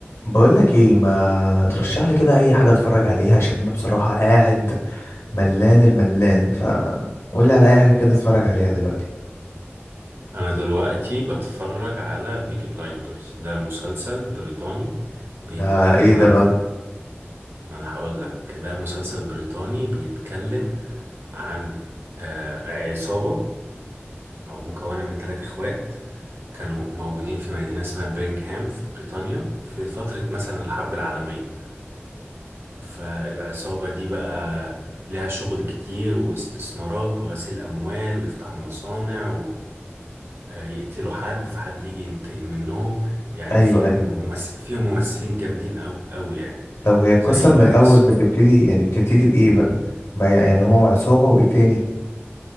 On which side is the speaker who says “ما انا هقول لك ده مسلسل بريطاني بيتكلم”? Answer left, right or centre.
Right